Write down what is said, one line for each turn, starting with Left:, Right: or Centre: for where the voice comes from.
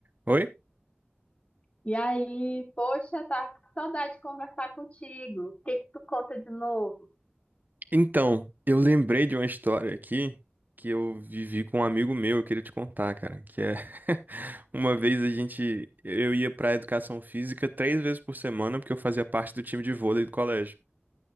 Right: Oi?
Left: E aí, poxa, tá com saudade de conversar contigo. O que que tu conta de novo?
Right: Então, eu lembrei de uma história aqui que eu vivi com um amigo meu, eu queria te contar, cara, que é <laughs> uma vez a gente eu ia pra educação física três vezes por semana, porque eu fazia parte do time de vôlei do colégio.